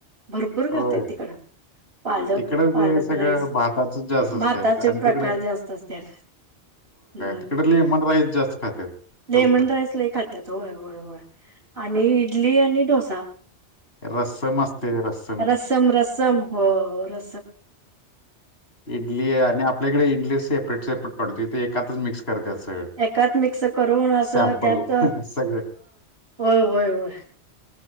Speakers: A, on the right (about 60°); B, on the left (about 60°).
A: भरपूर करत्यात
B: होय
A: तिकड. पालक
B: तिकडं
A: पालक
B: ते सगळं
A: राईस
B: भाताच जास्त असते
A: भाताचे
B: आणि
A: प्रकार
B: तिकडे
A: जास्त असत्यात. हम्म.
B: तिकड लेमन राईस जास्त खातात.
A: लेमन
B: लोक
A: राईस लइ खात्यात होय होय होय आणि इडली आणि डोसा.
B: रस्सम असते रस
A: रस्सम रस्सम हो र
B: इडली आणि आपल्या इकडे इडली सेपरेट सेपरेट पडते तिथे एकातच मिक्स. करत्यात सगळं.
A: एकात मिक्स करून असं
B: सॅम्पल
A: त्यात अ
B: सगळं
A: होय होय होय.